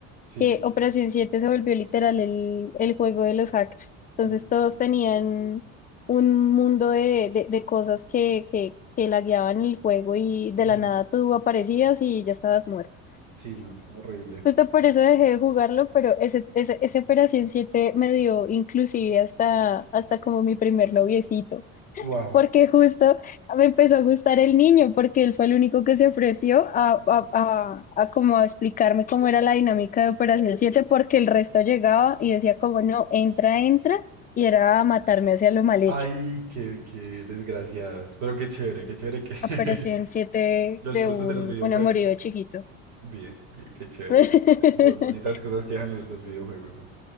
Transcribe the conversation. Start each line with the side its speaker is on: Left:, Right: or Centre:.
Right: Sí.
Left: que Operación siete se volvió literal el, el juego de los hackers. Entonces
Right: Ujú,
Left: todos tenían un mundo de, de, de cosas que, que, que lagueaban el juego y de
Right: ujú.
Left: la nada tú aparecías y ya estabas muerto.
Right: Sí, no, horrible.
Left: Justo por eso dejé de jugarlo, pero ese, ese, ese Operación siete me dio inclusive hasta, hasta como mi primer noviecito,
Right: Wow.
Left: porque justo me empezó a gustar el niño, porque él fue el único que se ofreció a, a, a, a como a explicarme cómo era la dinámica de Operación siete porque el resto llegaba y decía como no, entra, entra, y era a matarme hacia lo mal hecho.
Right: Ay, qué, qué desgraciados. Pero qué chévere, qué chévere que <laughs>
Left: Operación siete
Right: los
Left: creó
Right: frutos
Left: un,
Right: de los videojuegos.
Left: un amorío de chiquito.
Right: Bien, qué, qué chévere,
Left: <laughs>
Right: qué chévere. Bo- Bonitas cosas que dejan los, los videojuegos. ¿no?